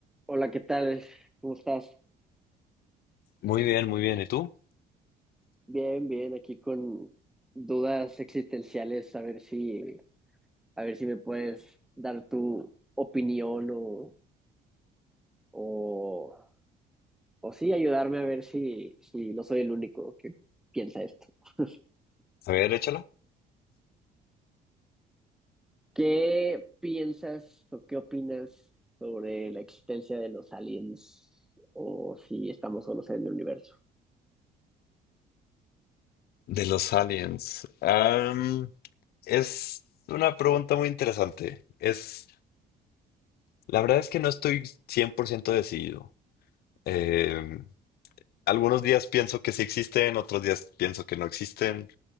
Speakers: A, in the centre; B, on the left (about 65°).
A: Hola, ¿qué tal? ¿Cómo estás?
B: Muy bien, muy bien. ¿Y tú?
A: Bien, bien, aquí con dudas existenciales, a ver si, a ver si me puedes dar tu opinión o, o, o sí ayudarme a ver si, si no soy el único que piensa esto. <laughs>
B: A ver, échala.
A: ¿Qué piensas o qué opinas sobre la existencia de los aliens o si estamos solos en el universo?
B: De los aliens. Am, es una pregunta muy interesante. Es, la verdad es que no estoy 100% decidido. Eh, algunos días pienso que sí existen, otros días pienso que no existen.